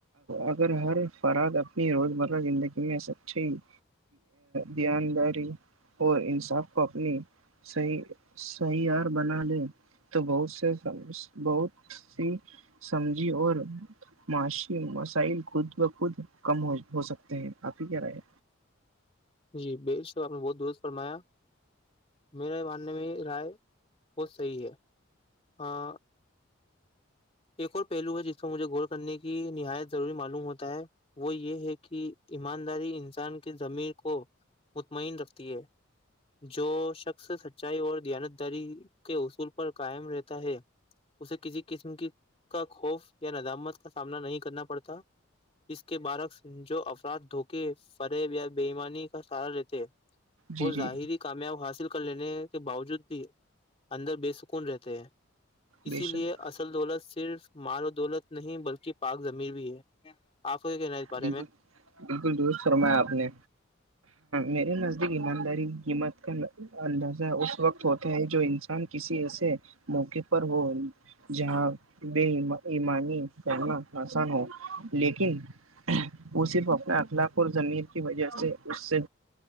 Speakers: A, on the right; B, on the left.
A: اگر ہر فراد اپنی روزمرہ زندگی میں سچچے <inaudible> دانداری اور انصاف کو اپنی <inaudible> صی سہیار بنا لے تو بہت سے بہت <inaudible> <inaudible> س سمجھی اور معاشی مسائل خود بخود کم ہو سکتے ہیں کافی کیا رہے
B: جی ب صاب آپ نے بہت درست فرمایا میرے ماننے میں رائے وہ صحی ہے ہاں <inaudible> ایک اور پہلو ہے جس کو مجھے غور کرنے کی نہایت ضروری معلوم ہوتا ہے وہ یہ ہے کہ ایمانداری انسان کی زمیر کو مطمئن رکھتی ہے جو شخص سچائی اور دیانت داری کے اصول پر قائم رہتا ہے اسے کسی قسم کی کا خوف یا ندامت کا سامنا نہیں کرنا پڑتا اس کے بارعکس جو افراد دھوکے فریب یا بےئیمانی کا سہارا لیتے
A: جی
B: وہ
A: جی
B: ظاہری کامیاب حاصل کر لینے کے باوجود بھی اندر بےسکون رہتے ہیں اسی
A: بے شک
B: لیے اصل دولت سے صرف مال و دولت نہیں بلکہ پاک زمیر بھی ہے آپ کو کیا کہنا ہے اس بارے
A: بالکل
B: میں
A: بالکل دست فرمایا آپ نے میرے نزدیک ایمانداری قیمت کا اندازہ اس وقت ہوتا ہے جو انسان کسی ایسے موقعے پر ہو جہاں بے ایمانی کرنا آسان ہو لیکن وہ صرف اپنا اخلاق اور زمیر کی وجہ سے اس سے